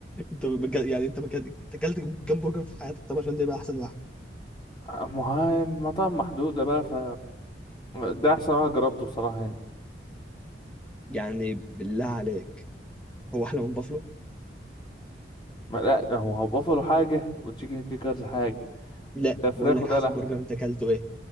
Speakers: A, in the centre; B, on the left (about 25°).
A: انت بك... يعني انت بك... انت كلت كام برجر في حياتك طب عشان ده يبقى احسن واحد
B: ما هو المطاعم محدودة بقى ف ده أحسن واحد جربته بصراحة هنا
A: يعني بالله عليك هو احلى من بافلو
B: ما لا ده هو بافلو حاجة وتشيكن كيكرز حاجة
A: لا
B: ده فراخ
A: بقول لك
B: وده
A: احسن
B: لحم
A: برجر انت كلته ايه